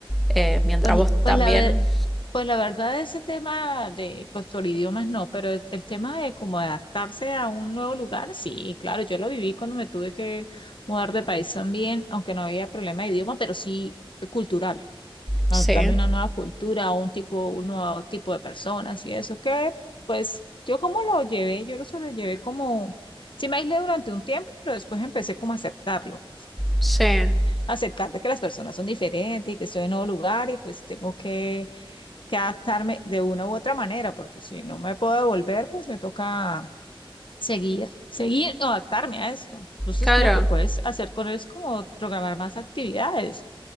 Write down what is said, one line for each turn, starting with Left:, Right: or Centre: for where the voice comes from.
Centre: eh, mientras
Left: Pues,
Centre: vos
Left: pues
Centre: también?
Left: la, ver- Pues la verdad, ese tema de, pues por idiomas no, pero el, el tema de cómo adaptarse a un nuevo lugar, sí, claro, yo lo viví cuando me tuve que mudar de país también, aunque no había problema de idioma, pero sí cultural,
Centre: Sí,
Left: adaptarme a una nueva cultura, a un tipo, un nuevo tipo de personas y eso, que pues yo como lo llevé, yo lo sobrellevé como, sí me aislé durante un tiempo, pero después empecé como a aceptarlo,
Centre: sí,
Left: aceptar de que las personas son diferentes y que estoy en un nuevo lugar y pues tengo que que adaptarme de una u otra manera, porque si no me puedo devolver, pues me toca seguir, seguir o adaptarme a esto. Entonces,
Centre: claro,
Left: lo que puedes hacer con él es como programar más actividades